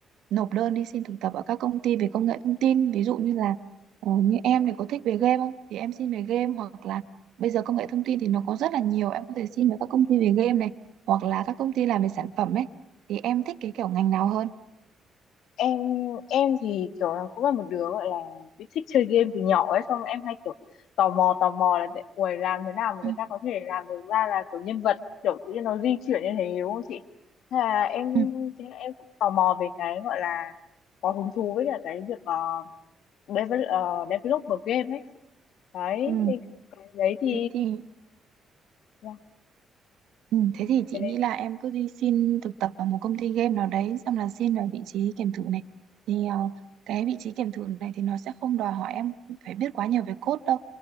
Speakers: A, on the right; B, on the left.
A: nộp đơn đi xin thực tập ở các công ty về công nghệ thông tin ví dụ như là ờ, như em thì có thích về game không thì em xin về game hoặc là bây giờ công nghệ thông tin thì nó có rất là nhiều em có thể xin về các công ty về game này hoặc là các công ty làm về sản phẩm ấy thì em thích cái kiểu ngành nào hơn
B: Em em thì kiểu là cũng là một đứa gọi là bị thích chơi game từ nhỏ ấy, xong em hay kiểu tò mò tò mò là để- uầy làm thế nào mà
A: Ừ.
B: người ta có thể làm được ra là kiểu nhân vật kiểu tự nhiên nó di chuyển như thế đúng không chị? Thế là em
A: ừ.
B: thế là em cũng tò mò về cái gọi là có hứng thú với cả cái việc uh, develop, ờ, developer game ấy. đấy
A: ừ
B: thì cái đấy thì
A: Thế thì
B: là
A: Ừ, thế thì chị
B: cái
A: nghĩ
B: đấy
A: là em cứ đi xin thực tập vào một công ty game nào đấy xong là xin vào vị trí kiểm thử này thì ờ, cái vị trí kiểm thử này thì nó sẽ không đòi hỏi em phải biết quá nhiều về code đâu